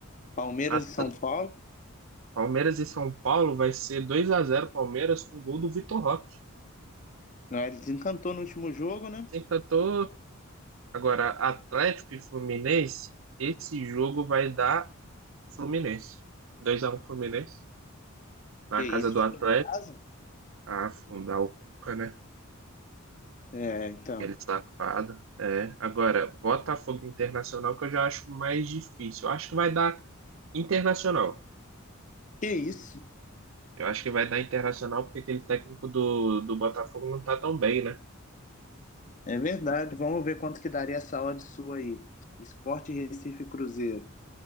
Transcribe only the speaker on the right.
A t-
Palmeiras e São Paulo vai ser 2 a zero Palmeiras com gol do Vitor Roque.
Sempre tô... Agora, Atlético e Fluminense, esse jogo vai dar Fluminense. 2 a um Fluminense na
casa
do
Atlético.
Ah, afundar o Cuca, né?
Aquele safado. É. Agora, Botafogo e Internacional que eu já acho mais difícil. Eu acho que vai dar Internacional.
Eu acho que vai dar Internacional porque aquele técnico do, do Botafogo não tá tão bem, né?